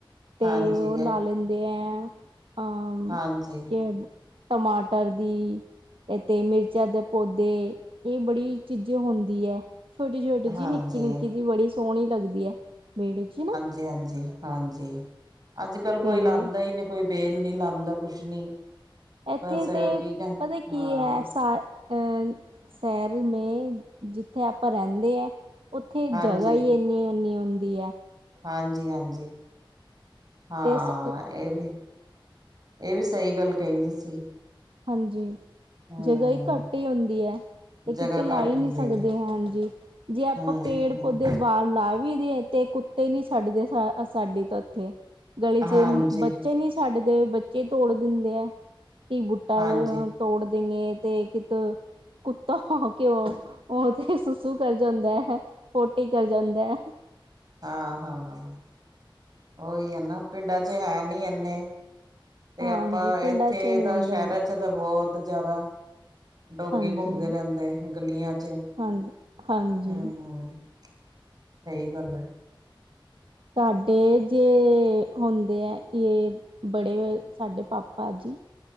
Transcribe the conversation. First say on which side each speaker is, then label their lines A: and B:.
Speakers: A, on the right; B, on the right.
A: ਤੇ
B: ਹਾਂਜੀ
A: ਓ ਲਾ ਲੈਂਦੇ ਐ ਅਹ
B: ਹਾਂਜੀ
A: ਕਿ ਟਮਾਟਰ ਦੀ ਏਤੇ ਮਿਰਚਾਂ ਦੇ ਪੌਦੇ ਏ ਬੜੀ ਚੀਜੇ ਹੋਂਦੀ ਐ। ਛੋਟੀ, ਛੋਟੀ
B: ਹਾਂਜੀ
A: ਜਿ ਨਿੱਕੀ ਨਿੱਕੀ ਜਿ ਬੜੀ ਸੋਣੀ ਲੱਗਦੀ ਐ ਵੇੜੇ ਚ ਨਾ।
B: ਜੀ ਹਾਂਜੀ, ਹਾਂਜੀ ਅੱਜ ਕੱਲ
A: ਅਤੇ
B: ਕੋਈ ਲਾਂਦਾ ਈ ਨਈ ਕੋਈ ਵੇਲ ਨੀ ਲਾਂਦਾ ਕੁਛ ਨੀ।
A: ਏਥੇ
B: ਬਸ
A: ਤੇ
B: ਕੀ ਕਹਿੰ
A: ਪਤਾ ਕੀ
B: ਹਾਂ
A: ਆ ਸਾ ਅ ਸੈਅਰ ਮੇ ਜਿੱਥੇ ਆਪਾਂ ਰੈਂਦੇ ਐ। ਉੱਥੇ ਜਗ੍ਹਾ
B: ਹਾਂਜੀ
A: ਈ ਏਨੀ ਓਨੀ ਹੁੰਦੀ ਆ।
B: ਹਾਂਜੀ, ਹਾਂਜੀ ਹਾਂ
A: ਤੇ ਸ
B: ਏ ਵੀ ਇਹ ਵੀ ਸਹੀ ਗੱਲ ਕਹੀ ਤੁਸੀ।
A: ਹਾਂਜੀ,
B: ਹੂੰ
A: ਜਗ੍ਹਾ ਈ ਘੱਟੀ ਹੁੰਦੀ ਐ। ਤੇ ਕਿਤੇ
B: ਜਗ੍ਹਾ
A: ਲਾਈ
B: ਘੱਟ ਹੁੰਦੀ
A: ਨਈਂ ਸਕਦੇ
B: ਹੈ
A: ਹਾਂਜੀ। ਜੇ ਆਪਾਂ
B: ਹੂੰ
A: ਪੇੜ ਪੌਦੇ ਬਾਹਰ ਲਾ ਵੀ ਦੇਏ ਤੇ, ਕੁੱ ਨ ਛੱਡਦੇ ਸਾਡੀ ਤਾਂ ਉੱਥੇ, ਗਲੀ ਚ
B: ਹਾਂਜੀ
A: ਬੱਚੇ ਨੀ ਛੱਡਦੇ ਬੱਚੇ ਤੋੜ ਦਿੰਦੇ ਐ, ਕਿ ਬੂਟਾ
B: ਹਾਂਜੀ
A: ਤੋੜ ਦੇਈਂਏ, ਤੇ ਕਿਤ ਕੁੱਤਾ ਕੇਉ ਉਹ ਤੇ ਸੁਸੂ ਕਰ ਜਾਂਦੈ। ਪੋਟੀ ਕਰ ਜਾਂਦੈ।
B: ਹਾਂ ਹਾਂ ਹਾਂ ਓਈ ਹੈ ਨਾ, ਪਿੰਡਾਂ ਚ ਹੈ ਨੀ ਇਨੇ। ਤੇ
A: ਹਾਂਜੀ
B: ਆਪਾਂ
A: ਪਿੰਡਾਂ
B: ਇੱਥੇ
A: 'ਚ ਨਹੀਂ
B: ਤਾਂ
A: ਅੰਦਰ
B: ਸ਼ਹਿਰਾਂ ਚ ਤਾਂ ਬਹੁਤ ਜ਼ਿਆਦਾ। ਡੋਗੀ
A: ਹਾਂਜੀ
B: ਘੁੰਮਦੇ ਰਹਿੰਦੇ ਗਲੀਆਂ ਚ,
A: ਹਾਂਜੀ ਹਾਂਜੀ
B: ਹਮ। ਸਹੀ ਗੱਲ ਐ।
A: ਸਾਡੇ ਜੇ ਹੁੰਦੇ ਐ, ਇਹ ਬੜੇ ਸਾਡੇ ਪਾਪਾ ਜੀ।